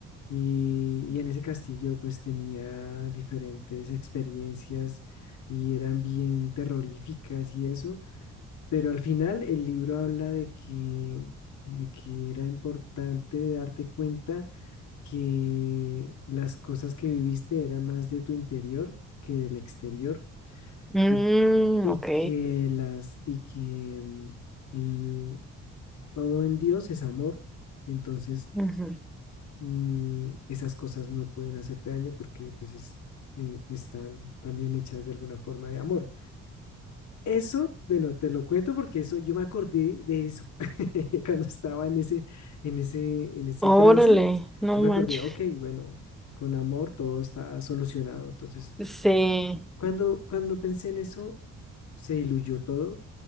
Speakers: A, on the left; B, in the centre.
A: Y, y en ese castillo pues tenía diferentes experiencias y eran bien terroríficas y eso. Pero al final el libro habla de que, de que era importante darte cuenta que las cosas que viviste eran más de tu interior que del exterior
B: Mm,
A: y, y
B: ok.
A: que las y que mm, l- todo en Dios es amor. Entonces,
B: ujú.
A: mm, esas cosas no pueden hacerte daño porque pues es, eh, están también hechas de alguna forma de amor. Eso, bueno, te lo cuento porque eso, yo me acordé de eso <laughs> cuando estaba en ese, en ese, en ese
B: Órale,
A: trance.
B: no
A: Yo me
B: manches.
A: acordé, ok, bueno, con amor todo está solucionado. Entonces,
B: Sí.
A: cuando, cuando pensé en eso, se diluyó todo